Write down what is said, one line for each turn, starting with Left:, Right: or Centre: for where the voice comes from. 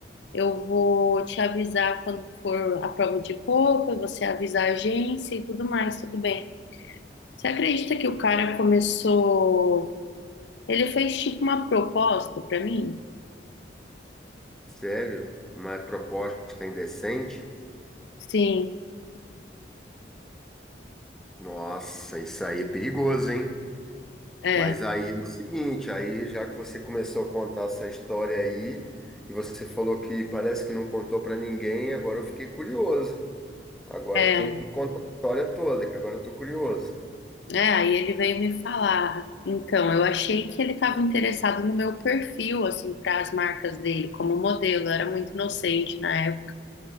Left: eu vou te avisar quando for a prova de roupa, você avisa a agência e tudo mais, tudo bem. Você acredita que o cara começou? Ele fez tipo uma proposta pra mim?
Centre: Sério? Uma proposta indecente?
Left: Sim,
Centre: Nossa, isso aí é perigoso, hein?
Left: é,
Centre: Mas aí é o seguinte, aí já que você começou a contar essa história aí, e você falou que parece que não contou pra ninguém, agora eu fiquei curioso. Agora
Left: é,
Centre: você tem que contar a história toda, que agora eu tô curioso.
Left: é. Aí ele veio me falar. Então, eu achei que ele estava interessado no meu perfil, assim, para as marcas dele como modelo. Eu era muito inocente na época.